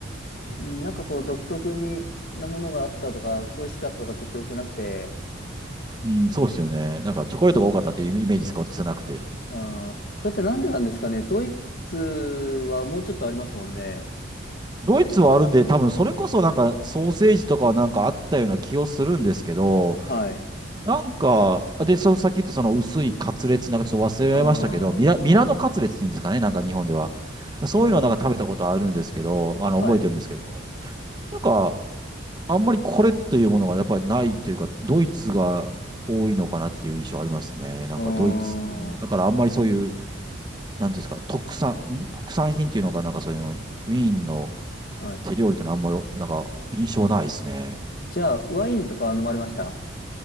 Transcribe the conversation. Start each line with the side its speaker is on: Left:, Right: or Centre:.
Left: うんなんかこう独特になものがあったとか、美味しかったとかって記憶なくて、
Right: うん、そうですよね。なんかチョコレートが多かったっていうイメージしか私はなくて。
Left: ああ、それってなんでなんですかね。ドイツはもうちょっとありますもんね。
Right: ドイツはあるんで、多分それこそなんかソーセージとかはなんかあったような気をするんですけど、
Left: はい。
Right: なんか、で、そう、さっき言ったその薄いカツレツなんかちょっと忘れられましたけど、
Left: うん。
Right: ミラ、
Left: は
Right: ミラノカツレツっていうんですかね、なんか日本では。そういうのはなんか食べたことあるんですけど、
Left: あ、
Right: あの、
Left: はい。
Right: 覚えてるんですけど、なんか、あんまりこれというものがやっぱりないというか、ドイツが多いのかなっていう印象ありますね。なんかドイツ系が、
Left: うん。
Right: だからあんまりそういう、なんていうんですか、特産、ん特産品っていうのかなんかそういうの、ウィーンの、
Left: はい。
Right: 手料理ってのはあんまり、なんか、印象ないですね。
Left: じゃあ、ワインとかは飲まれました